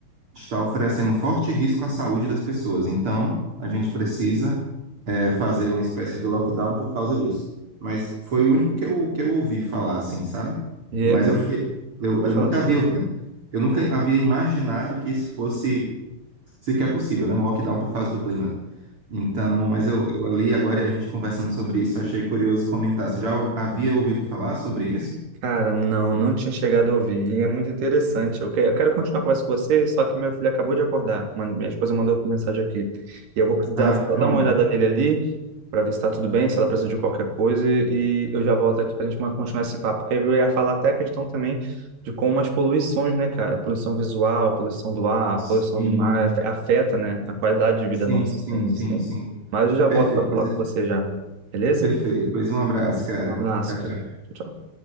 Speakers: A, on the right; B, on the right.
A: está oferecendo forte risco à saúde das pessoas. Então, a gente precisa, é, fazer uma espécie de lockdown por causa disso. Mas foi o único que eu, que eu ouvi falar, assim, sabe?
B: E
A: Mas
B: é muito.
A: eu fiquei, eu,
B: Pode
A: eu nunca
B: falar, desculpa.
A: havia <laughs> eu nunca havia imaginado que isso fosse sequer possível, né? Um lockdown por causa do clima. Então, mas eu, eu li agora e a gente conversando sobre isso, achei curioso comentar. Você já ou- havia ouvido falar sobre isso?
B: Cara, não, não tinha chegado a ouvir. E é muito interessante. Eu quero, eu quero continuar a conversa com você, só que meu filho acabou de acordar. Man- Minha esposa mandou mensagem aqui. E eu vou precisar
A: Ah,
B: só
A: pronto.
B: dar uma olhada nele ali, para ver se está tudo bem, se ela precisa de qualquer coisa. E eu já volto aqui para a gente ma- continuar esse papo. Porque eu ia falar até a questão também de como as poluições, né, cara? Poluição visual, poluição do ar,
A: Sim,
B: poluição do mar, af- afeta, né, a qualidade de vida
A: sim,
B: nossa.
A: sim,
B: Sim,
A: sim,
B: sim.
A: sim.
B: Mas eu já
A: Perfeito,
B: volto para falar
A: pois,
B: com você já. Beleza?
A: perfeito. Pois um abraço, cara.
B: Um abraço,
A: Tchau, tchau.
B: cara. Tchau, tchau.